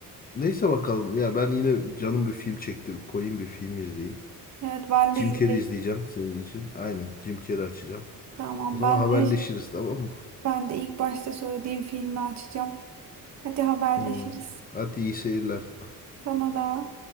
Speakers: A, on the left (about 25°); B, on the right (about 55°).
A: Neyse bakalım. Ya ben yine canım bir film çekti. Koyayım bir film izleyeyim.
B: Evet ben
A: Jim
B: de izleyeyim.
A: Carrey izleyeceğim senin için. Aynen Jim Carrey açacağım.
B: Tamam
A: O zaman
B: ben
A: haberleşiriz
B: de
A: tamam mı?
B: ben de ilk başta söylediğim filmi açacağım. Hadi haberleşiriz.
A: Hmm. Hadi iyi seyirler.
B: Sana da.